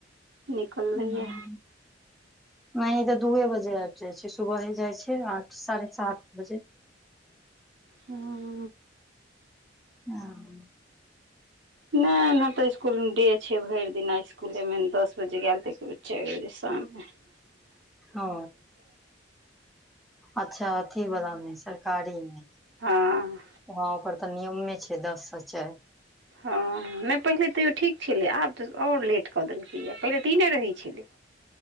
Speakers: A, on the right (about 70°); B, in the centre.
A: निकललैए
B: हां। नै ई तऽ दूए बजे आब जाय छै, सुबहे जाय छै आठ साढ़े सात बजे।
A: हूँ।
B: हँ।
A: नैय नै तऽ इस्कुल मे डे छै भैर दिना इसकुले मे दस बजे गेल तऽ एके बेर चैर बजे शाम मे। <unintelligible>
B: ओ अच्छा अथि वला मे सरकारी मे-
A: हँ।
B: हँ ओकर तऽ नियमे छै दस से चाइर।
A: हँ नै पहिले तैयो ठीक छेलै आब तऽ और लेट कऽ देलकै या पहिले तिने रहै छेल्लै।